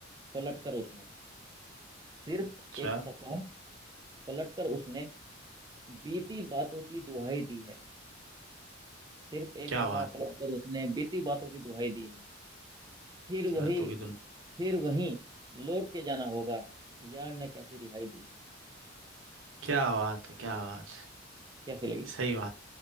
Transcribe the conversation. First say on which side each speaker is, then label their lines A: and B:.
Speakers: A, on the right; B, on the right.
A: पलट कर उसने सिर्फ
B: अच्छा
A: एक सफा पलट कर उसने बीती बातों की दुहाई दी है सिर्फ एक
B: क्या
A: सफा
B: बात
A: पलट कर उसने बीती बातों की दुहाई दी है फिर
B: अच्छी
A: वही
B: बातों की दुनिया
A: फिर वही लौट के जाना होगा यार ने कैसी रिहाई दी है
B: क्या बात है क्या बात है
A: कैसी लगी
B: सही बात